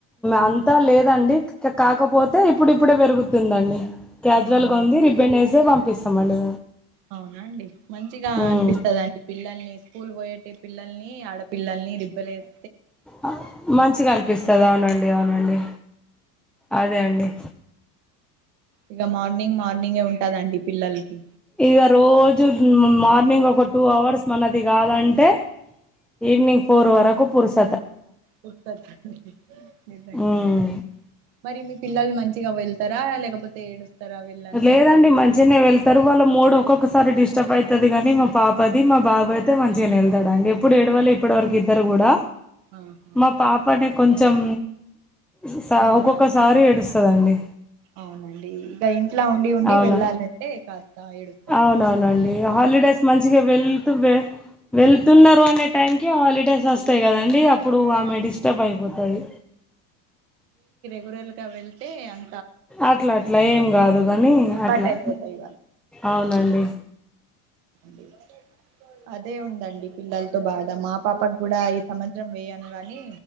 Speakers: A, in the centre; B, on the right.
A: అంతా లేదండి ఇకా కాకపోతే ఇప్పుడు ఇప్పుడే పెరుగుతుందండి క్యాజువల్
B: ఆహా
A: గా ఉంది రిబెన్ వేసే పంపిస్తామండి
B: అవునండి మంచిగా
A: ఉమ్
B: అనిపిస్తదండి పిల్లల్ని స్కూల్ పోయేటి పిల్లల్ని ఆడపిల్లల్ని మీరు ఇవ్వలేరు
A: ఆ మంచిగా అనిపిస్తది అవునండి అవునండి అదే అండి
B: ఇంకా మార్నింగ్ మార్నింగే ఉంటదండి పిల్లలకి
A: ఇక రోజు మార్నింగ్ ఒక టూ అవర్స్ మనది కాదంటే ఈవనింగ్ ఫోర్ వరకు పురుస్
B: కొట్టొద్దు నిజంగానే
A: ఉమ్
B: మరి మీ పిల్లలు మం చిగా వెళ్తారా లేకపోతే ఏడుస్తారా వెళ్ళను
A: లేదండి
B: అవి
A: మంచిగానే వెళ్తారు వాళ్ళ మూడు ఒక్కొక్క సారి డిస్టర్బ్ అవుతది గాని మా పాపది మా బాబు అయితే మంచిగానే వెళ్తాడుండి ఎప్పుడు ఏడువలే
B: ఆ,
A: ఇప్పటివరకు ఇద్దరు కూడా
B: ఆహా
A: మా పాపనే కొంచెం స్సే
B: ఉమ్
A: ఒక్కొక్కసారి
B: ఆ
A: ఏడుస్ తదండి
B: అవునండి ఇంకా ఇంట్లా ఉండి ఉండి
A: అవునా
B: వెళ్ళాలంటే కాస్త ఏడుస్తాడు
A: అవునవునండి హాలిడేస్ మంచిగా వెళ్తూ వే వెళ్తున్నారు అనే టైం కి హాలిడేస్ వస్త వస్తాయి కదండి అప్పుడు
B: వస్తాయండి
A: ఆమె డిస్టర్బ్ అయిపోతది
B: గొర్రెలుగా వెళ్తే అం
A: అట్లా అట్లా ఏం కాదు కానీ
B: అలవాటు
A: అట్లా
B: అయిపోతాయి
A: అవునండి
B: అండి అదే ఉందండి పిల్లలతో బాధ మా పాపకు కూడా ఈ సంవత్సరం వేయను గానీ